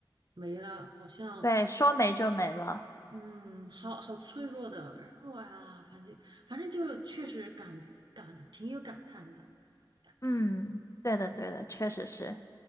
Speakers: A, on the right; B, on the left.
A: 没了，好像。
B: 对，说没就没了。
A: 嗯，好好脆弱的。然后啊，反正反正就是确实感感挺有感叹的，感慨
B: 嗯，对的，
A: 是。
B: 对的，确实是。